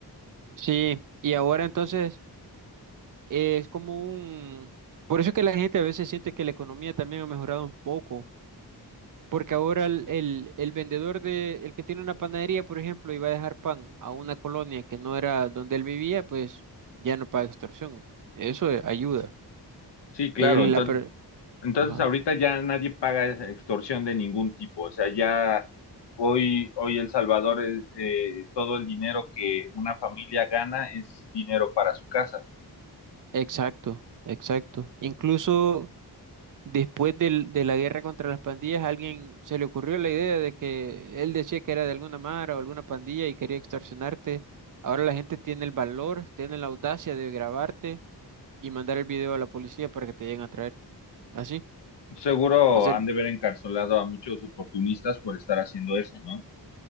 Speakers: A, on the right; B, on the left.
A: Sí, y ahora entonces eh, es como un... Por eso es que la gente a veces siente que la economía también ha mejorado un poco Porque ahora el, el, el vendedor de, el que tiene una panadería, por ejemplo, y va a dejar pan a una colonia que no era donde él vivía, pues ya no paga extorsión. Eso eh, ayuda.
B: Sí, claro,
A: el
B: entonces
A: la per-
B: Entonces
A: Ajá,
B: ahorita ya nadie paga extorsión de ningún tipo, o sea, ya hoy, hoy El Salvador, el- eh, todo el dinero que una familia gana es dinero para su casa.
A: exacto, exacto. Incluso después del- de la guerra contra las pandillas, a alguien se le ocurrió la idea de que él decía que era de alguna mara o alguna pandilla y quería extorsionarte. Ahora la gente tiene el valor, tiene la audacia de grabarte y mandar el video a la policía para que te lleguen a traer. Así.
B: Seguro
A: O sea,
B: han de haber encarcelado a muchos oportunistas por estar haciendo eso, ¿no?